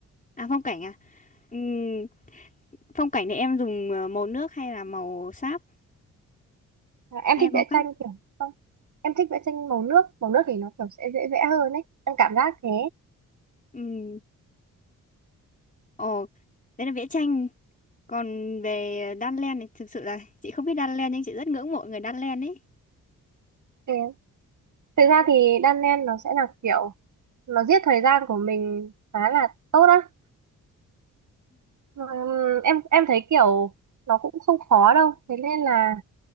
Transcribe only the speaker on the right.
À, em
thích
vẽ
tranh kiểu không em thích vẽ tranh màu nước màu nước thì nó kiểu sẽ dễ vẽ hơn ấy em cảm giác thế
Ừ. thực ra thì đan len nó sẽ là kiểu nó giết thời gian của mình khá là tốt á Ừm, em em thấy kiểu nó cũng không khó đâu thế nên là